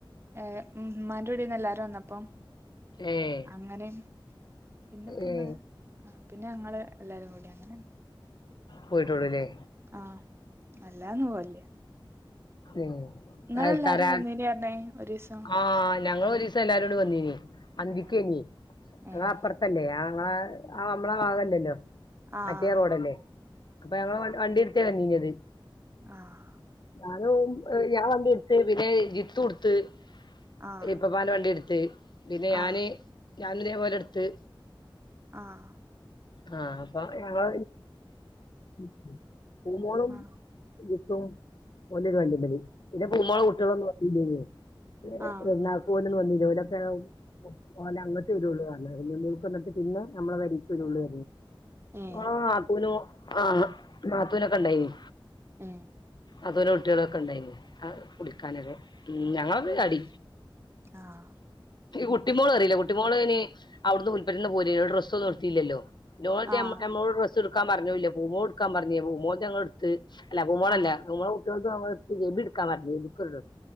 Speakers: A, on the right (about 30°); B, on the left (about 55°).
A: ഏർ ഉമ്മാന്റെ കുടിന്ന് എല്ലാരും വന്നപ്പൊ
B: ഏഹ്
A: അങ്ങനെ പിന്നെ പൊന്ന്
B: ഏഹ്
A: പിന്നെ ഞങ്ങള് എല്ലാരും കൂടി അങ്ങനെ
B: പോയിട്ടുടൂല്ലേ.
A: ആഹ് അല്ലാന്ന് പോല്ല്യ.
B: ഉം
A: നിങ്ങളെല്ലാരും
B: തര
A: വന്നേന് പറഞ്ഞേ. ഒരീസം
B: ആഹ് ഞങ്ങള് ഒരീസം എല്ലാരൂടി വന്നീനി അന്തിക്കേനി
A: ഉം ഉം
B: അ അപ്പുറത്തല്ലേ ആ നമ്മളെ ഭാഗല്ലല്ലോ
A: ആഹ്
B: മറ്റേ റോഡല്ലേ അപ്പൊ ഞങ്ങള് വണ്ടി തനിഞ്ഞത്.
A: ആഹ
B: ഞാനും ഞാൻ വണ്ടിയ എടുത്ത് പിന്നെ ജിത്ത് എടുത്ത്
A: ആഹ്
B: പിന്നെ പ്പപ്പാന്റെ വണ്ടി എടുത്ത് പിന്നെ
A: ആഹ്
B: ഞാന് ഞൻ ഇതേപോലെ എടുത്ത്
A: ആഹ
B: ആഹ അ ഞങ്ങള് ഇന്ത്യോളും
A: ആഹ്
B: ജിത്തും ഓൻ്റെ വണ്ടിമല് ഇൻ്റെ പൂമോളേ കുട്ടികളൊന്നും വന്നിലേന്നു
A: ആഹ്
B: നാ പോ വ ജോലൊക്കെ പോലെ അങ്ങനത്തെ ഒരു ഉള്ള പറഞ്ഞ മൾക്ക്ന്നിട്ട് പിന്നെ നമ്മള വരിക്കും ഉള്ള
A: ഏഹ്
B: ആ നാത്തൂനു ആ നാത്തൂനൊക്കെ ഇ ണ്ടായിന്ന്
A: ഉ
B: അതുപോലെ കുട്ടികളൊക്കെ ഉണ്ടായിരുന്നു കുടിക്കാനൊക്ക ഞങ്ങ
A: ആഹ്
B: ടി
A: ആഹ്
B: കുട്ടിോള അറില്ല കുട്ടിോളന് അവിടുന്ന് ഉൽപ്പെറ്റുന്ന പോല ഡ്രസ്ന്നും നിർത്തില്ലോ ഇോമ്മോട്
A: ആഹ്
B: ഡ്രസ് എടുക്കാ പറഞ്ഞൂല്ല പൂമോ എടുക്കാൻ പറഞ്ഞേ പൂമോ ഞങ്ങ എടുത്ത് അല്ല പൂമോണല്ലൂ
A: ആഹ്
B: വത്തി ബട്ക്ക വർ ഇിക്കറ